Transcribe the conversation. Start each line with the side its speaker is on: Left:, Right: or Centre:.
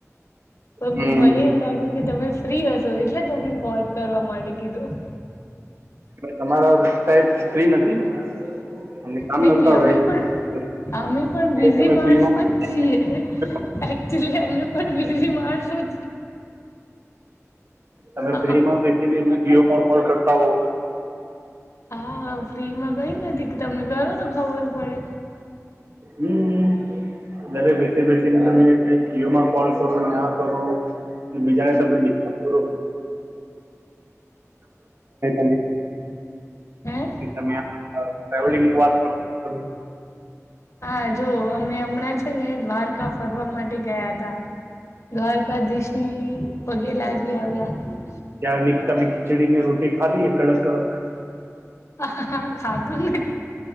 Left: પણ
Right: હમ
Left: મને એમ લાગ્યું કે તમે ફ્રી હશો એટલે તમને કોલ કરવા માટે કીધું.
Right: તમારો ટાઈપ ફ્રી નથી ને અમને કામ
Left: નઈ
Right: ધંધા
Left: નહી અમે
Right: હોય
Left: પણ
Right: તો
Left: અમે પણ બીઝી
Right: તમે
Left: માણસો
Right: ફ્રીમાં
Left: જ છીએ એકચુલી અમે પણ બીઝ માણસો. <inaudible>
Right: તમે
Left: હા
Right: ફ્રી માં બેસી ને <unintelligible> ફોન કોલ કરતા હો.
Left: હા ફ્રીમાં કઈ નથી તમે કરો તો ખબર પડે.
Right: હમ્મ ઘરે બેસી બેસીને તમે એ જીયો માં કોલ કરો ને અ કરો અને બીજાને તમે ડિસ્ટર્બ કરો <unintelligible>
Left: હે
Right: તમે ટ્રાવેલિંગની વાત કરો તમે
Left: હા જો અમે હમણાં છે ને દ્વારકા ફરવા માટે ગયા હતા દ્વારકાધીશની પગે લાગી આવ્યા
Right: ત્યાં, તમે ખીચડી ની રોટી ખાધી? કડક કડક.
Left: હાા ખાધું ને.